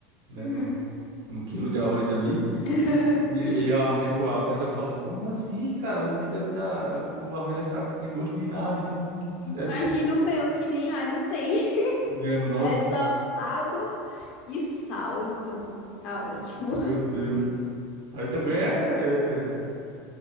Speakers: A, on the right (about 85°); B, on the left (about 60°).
A: né?
B: Uhum.
A: No, no quilo de arroz ali.
B: <laughs>
A: E, e a, tipo, a pessoa falou, como assim, cara? O gosto deve estar. o arroz deve estar sem gosto de nada, enfim, etc.
B: Imagina o meu, que nem alho tem. <laughs>
A: Minha nossa,
B: É só água e sal e pronto, tá ótimo.
A: meu Deus. Aí também é. é,